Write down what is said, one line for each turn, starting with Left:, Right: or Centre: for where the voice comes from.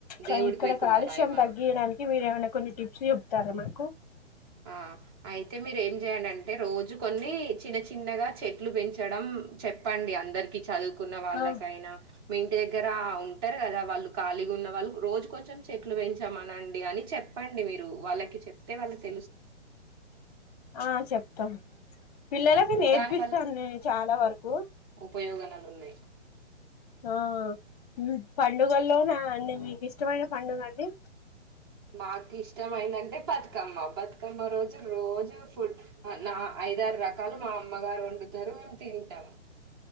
Left: కానీ
Right: దేవుడికి
Left: ఇక్కడ
Right: పెట్టుకున్నారా
Left: కాలుష్యం
Right: ఏమా
Left: తగ్గియడానికి మీరే అన కొన్ని టిప్స్ చెప్తారా మాకు
Right: ఆ అయితే మీరు ఏం చేయలంటే రోజు కొన్ని చిన్న చిన్నగా చెట్లు పెంచి చడం చెప్పండి అందరి ఇ చదువ్ కున్న వాళ్ళకైనా
Left: ఆ
Right: మేమ్ ఇంటి దగ్గర ఉంటరు గదా వాళ్ళు ఖాళీగా ఉన్న వాళ్ళు రోజు కొంచెం చెట్లు పెంచమనండి అని చెప్ ప్పండి మీరు వాళ్ళకి చెప్తే వాళ్ళు తె
Left: ఆ చెప్తాం పిల్లలకి నేర్పిస్తాను
Right: దాని
Left: నేను చాలా వరకు.
Right: ఉపయోగనలున్నాయి.
Left: ఆ ఉమ్మ్ పండుగల్లోన అండి మీకు ఇష్టమైన పండుగ అండి.
Right: మాకి ఇష్ట మైదంటె బతుకమ్మ బతుకమ్మ రోజు. రోజూ ఫుడ్ అనా ఐదారు రకాలు మా అమ్మగారు వండుతారు. తింటాం